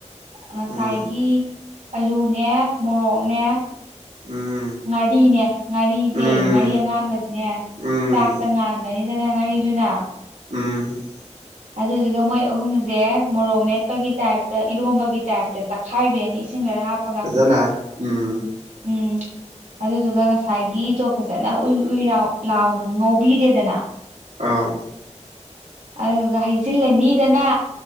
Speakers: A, on the right; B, on the right.
A: ꯉꯁꯥꯏꯒꯤ
B: ꯎꯝ
A: ꯑꯂꯨꯅꯦ ꯃꯣꯔꯣꯛꯅꯦ
B: ꯎꯝ꯫
A: ꯉꯥꯔꯤꯅꯦ ꯉꯥꯔꯤꯖꯦ
B: ꯎꯝ
A: ꯉꯥꯔꯤ ꯑꯉꯥꯟꯕꯁꯤꯅꯦ
B: ꯎꯝ
A: ꯆꯥꯛꯇ ꯉꯥꯟꯒꯅꯤꯗꯅ ꯉꯥꯔꯤꯗꯨꯅ
B: ꯎꯝ꯫
A: ꯑꯗꯨꯗꯨꯒ ꯃꯣꯏ ꯑꯍꯨꯝꯖꯦ ꯃꯣꯔꯣꯛ ꯃꯦꯠꯄꯒꯤ ꯇꯥꯏꯞꯇ ꯏꯔꯣꯝꯕꯒꯤ ꯇꯥꯏꯞꯇ ꯇꯛꯈꯥꯏꯕꯤꯔꯅꯤ ꯏꯁꯤꯡ ꯈꯔ ꯍꯥꯞ
B: ꯐꯖꯅꯥ ꯎꯝ
A: ꯎꯝ ꯑꯗꯨꯗꯨꯒ ꯉꯁꯥꯏꯒꯤꯗꯣ ꯐꯖꯅꯥ ꯎꯏ ꯎꯏ ꯔꯥꯎ ꯂꯥꯎꯅ ꯉꯧꯕꯤꯔꯦꯗꯅ
B: ꯑꯥꯎ
A: ꯑꯗꯨꯗꯨꯒ ꯍꯩꯖꯤꯜꯂꯅꯤꯗꯅ